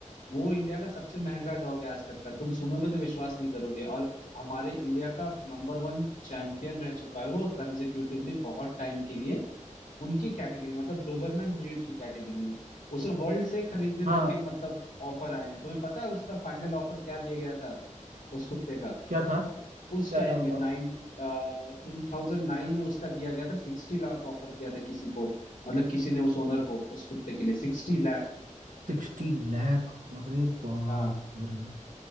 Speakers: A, on the left; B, on the right.
A: वो इंडिया का सबसे महंगा डॉग है आज तक का तुम सुनोगे तो विश्वास नहीं करोगे और हमारे इंडिया का नंबर वन चैंपियन रह चुका है वो कंजिक्यूटिवली बहुत टाइम के लिए उनकी कैटेगरी मतलब डोबरमैन ब्रीड की कैटेगरी में उसे वर्ल्ड से खरीदने तक
B: हाँ
A: के मतलब ऑफर आए हैं तुम्हें पता है उसका फाइनल ऑफर क्या दिया गया था उस कुत्ते का
B: क्या था क्या
A: उस टाइम
B: था बताओ
A: में नाइन टू थाउजेंड नाइन में उसका दिया गया था सिक्सटी लाख ऑफर किया था किसी को मतलब किसी ने उस ओनर को उस कुत्ते के लिए सिक्सटी लाख
B: सिक्सटी लाख अरे बाप
A: हाँ
B: रे